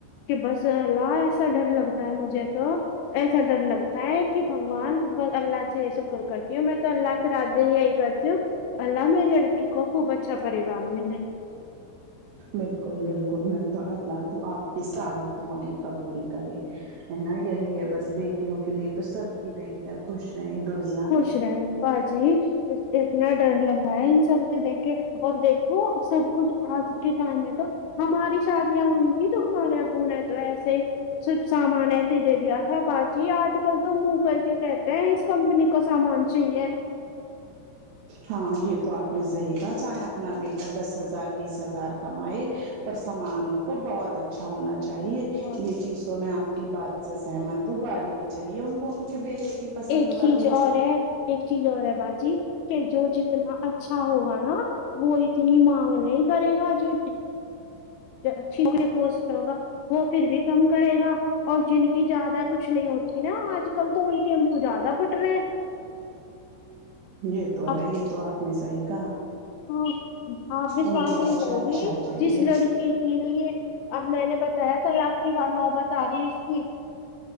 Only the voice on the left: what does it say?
کہ بس اللہ ایسا ڈر لگتا ہے مجھے تو ایسا ڈر لگتا ہے کہ بھگوان بس اللہ سے شکر کرتی ہوں میں تو اللہ رات دن یہی کرتی ہوں اللہ میری لڑکی کو خوب اچھا پریوار ملے
خوش رہے باجی اتنا ڈر لگ رہا ہے ان سب سے دیکھ کے اور دیکھو سب کچھ آج کے ٹائم میں تو ہماری شادیاں ہوئی تھی تو ہمارے ابو نے تو ایسے صرف سامان ایسے ہی دے دیا تھا باجی آج کل تو منہ کر کے کہتے ہیں اس کمپنی کا سامان چاہیے
بہت
ایک چیز
اور ہے ایک چیز اور ہے باجی کہ جو ج تنا اچھا ہوگا نا وہ اتنی مانگ نہیں کرے گا جو اچھی کوئی پوسٹ پہ ہوگا وہ پھر بھی کم کرے گا اور جن کی زیادہ کچھ نہیں ہوتی نا آج کل تو ان کے منہ زیادہ پھٹ رہے ہیں
اب
ہاں آپ وشواس
نہیں
کرو
گی
جس لڑکی کے لیے اب میں نے بتایا طلاق کی نوبت آ گئی اس کی